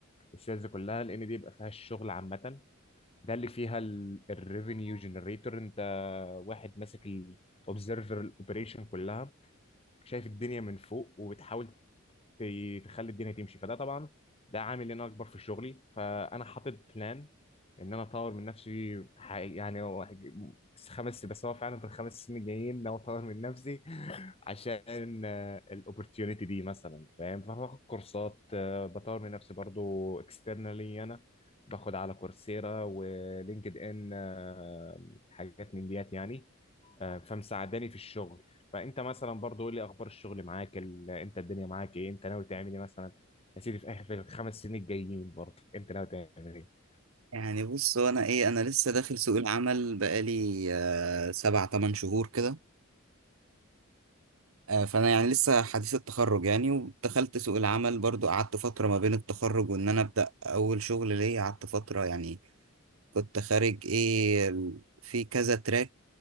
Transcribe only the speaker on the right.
يعني بص هو انا ايه انا لسه داخل سوق العمل بقالي آه سبع تمن شهور كده آه فانا يعني لسه حديث التخرج يعني ودخلت سوق العمل برضو قعدت فترة ما بين التخرج وان انا ابدا اول شغل ليا قعدت فترة يعني كنت خارج ايه ال- في كذا تراك